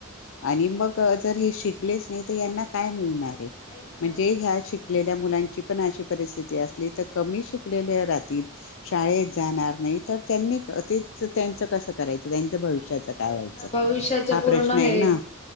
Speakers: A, on the left; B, on the left.
A: आ आणि मग जर हे शिकलेच नाही तर यांना काय मिळणार
B: काहीच नाही
A: म्हणजे
B: भेटणार.
A: ह्या शिकलेल्या मुलांची पण अशी परिस्थिती असते क श रा शणार नाही त्यां कसं करायचं त्यांच भविष्याच काय
B: तेच
A: व्हायचं
B: ना भविष्याच
A: हा
B: पूर्ण
A: प्रश्न आहे
B: हेच
A: ना